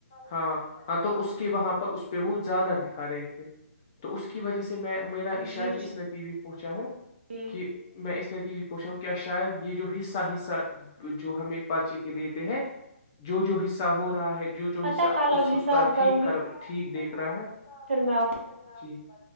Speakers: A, on the left; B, on the right.
A: ہاں ہاں تو اس کہ وہاں پر اس پہ وہ زیادہ دکھا رہے تھے تو اس کی وجہ سے میں میرا شاید
B: جی جی
A: اس نتییبی پر پوچھا ہوں
B: جی
A: کہ میں اس نتیج پوچھا ہوں کیا شاید یہ جو حصہ حصہ جو ہمیں پرچے کے دیتے ہیں جو جو حصہ ہو رہا ہے جو جو
B: پتا
A: حصہ
B: ہے کلب
A: اس استاد
B: حساب
A: ٹھیک
B: کروں گی
A: کر ٹھیک دیکھ رہا ہے تو آاب
B: پھر
A: کروں
B: میں آپ
A: گی سرچ <unintelligible>